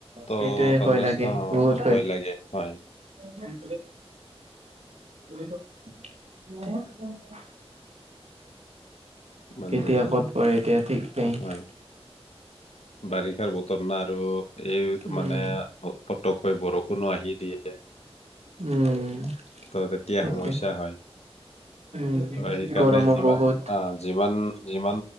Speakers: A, on the left; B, on the right.
A: ত',
B: সেইটোয়ে
A: <unintelligible>
B: ভয় লাগে,
A: অ',
B: বহুত
A: ভয় লাগে, হয়।
B: <unintelligible> <unintelligible> <unintelligible>
A: মানে
B: কেতিয়া, ক'ত পৰে, এতিয়া।
A: অ
B: <unintelligible>
A: হয় বাৰিষাৰ বতৰ না আৰু এই
B: উম,
A: মানে অ পটকৈ বৰষুণো আহি দিয়ে।
B: উম।
A: ত' তেতিয়া
B: সেইটোৱে।
A: সমস্যা হয়।
B: উম,
A: ত' সেইকাৰণে
B: গৰমো
A: যিমান
B: বহুত।
A: আ, যিমান যিমান